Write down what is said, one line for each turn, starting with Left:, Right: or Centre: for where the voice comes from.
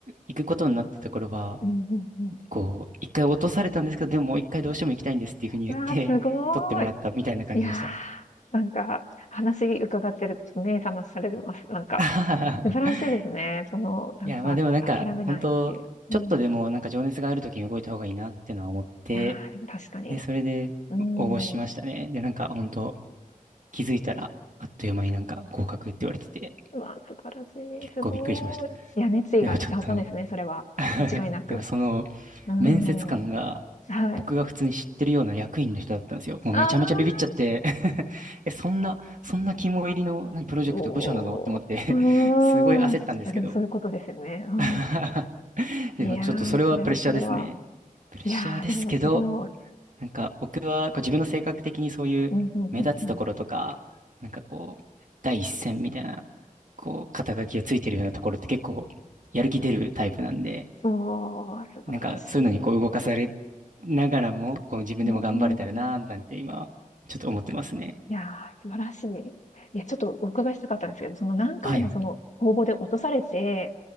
Right: 行くことになったところは、
Left: うんうん
Right: こう、一回落とされたんですけど、でももう一回どうしても行きたいんですっていうふうに言って、
Left: うん。わあ、すごい。
Right: 取ってもらったみたいな感じでした。
Left: いや、なんか、話伺ってると目覚まされます。なんか、
Right: <laughs>
Left: 素晴らしいですね。その、なんか、
Right: いや、まあでもなんか、
Left: あ諦めないっていう。
Right: 本当ちょっとでもなんか情熱がある時に動いた方がいいなっていうのは思って、
Left: うん。いや、でも確かに。
Right: で、それで応募しましたね。
Left: うーん。
Right: で、なんか本当気づいたら、あっという間になんか合格って言われてて、
Left: うわ、素晴らしい、
Right: 結構びっくりしました。
Left: すごい。いや、熱意が伝わったんですね、
Right: でもちょっと
Left: それは。
Right: <laughs>
Left: 間違いなく。
Right: でもその
Left: うーん。
Right: 面接官が
Left: はい。
Right: 僕が普通に知ってるような役員の人だったんですよ。もうめちゃめちゃビビっちゃって
Left: ああ、
Right: <laughs> え、そんな、そんな肝入りの何プロジェクト部署なのって思って
Left: おお、うーん。
Right: <laughs> すごい焦ったんですけど
Left: いや、でもそういうことですよね。うん。
Right: <laughs> でもちょっとそれはプレッシャーですね。
Left: いやー、それはそれは。
Right: プレッシャーですけど、
Left: いやー、でもすごい。
Right: なんか僕はこう自分の性格的にそういう目立つところとか、
Left: うんうんうんうん。
Right: なんかこう、第一線みたいな、こう、肩書きがついてるようなところって結構やる気出るタイプなんで、
Left: そう、素晴らしい。
Right: なんかそういうのにこう動かされながらも、こう自分でも頑張れたらなーなんて今、
Left: うーん。
Right: ちょっと思ってますね。
Left: いやー、素晴らしい。いや、ちょっとお伺いしたかったんですけど、その何回もその応募で落とされて、
Right: はい。